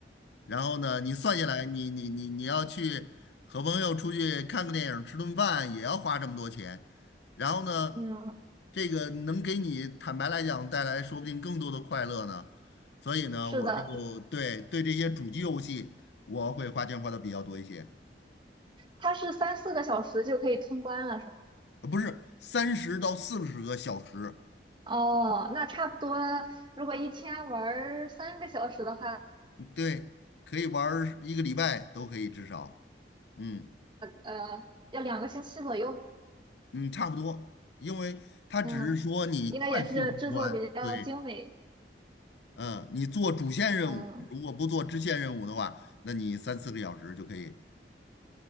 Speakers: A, on the left; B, on the right.
A: 然后呢，你算下来，你你你你要去和朋友出去看个电影儿、吃顿饭，也要花这么多钱。然后呢，
B: 嗯，
A: 这个能给你坦白来讲带来说不定更多的快乐呢。所以呢，
B: 是的，
A: 我就对对这些主机游戏，我会花钱花的比较多一些，
B: 它是三四个小时就可以通关了，是吗？
A: 呃不是三十到四十个小时，
B: 哦，那差不多，如果一天玩儿三个小时的话，
A: 嗯对，可以玩儿一个礼拜都可以至少，嗯
B: 呃，要两个星期左右。
A: 嗯，差不多，因为它只是说你快速通关。
B: 嗯，应该也是制作比较精美。
A: 对，嗯，你做主线任务，
B: 嗯，
A: 如果不做支线任务的话，那你三四个小时就可以。